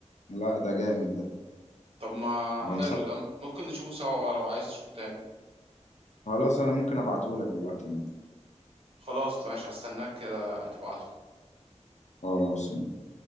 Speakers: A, on the left; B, on the right.
A: لا ده جامد ده
B: طب ما
A: بنصح
B: حلو ده ممكن نشوفه سوا بقى لو عايز تشوفه تاني
A: خلاص انا ممكن ابعتهولك دلوقتي عادي
B: خلاص ماشي هستناك كده تبعته
A: خلاص